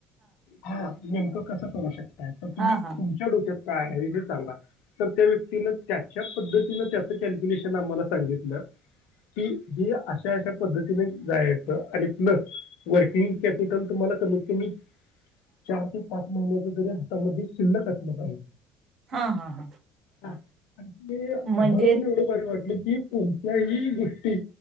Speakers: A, on the left; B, on the right.
A: हा, नेमकं कसं करू शकताय, तर तुम्ही,
B: हा हा
A: तुमच्या डोक्यात काय आहे हे सांगा, तर, त्या व्यक्तीन त्याच्या, पद्धतीनं त्याचं कॅल्क्युलेशन, आम्हाला सांगितलं. की, जी अशा एक पद्धतीने जायचं, आणि प्लस वर्किंग कॅपिटल, तुम्हाला कमीत, कमी, चार, ते पाच, महिन्याच, तरी हातामध्ये शिल्लक असलं पाहिजे.
B: हा, हा, हा,
A: हा आणि
B: म्हणजे
A: आम्हाला पण एवढे जर 'वाटली की कोणत्याही गोष्टी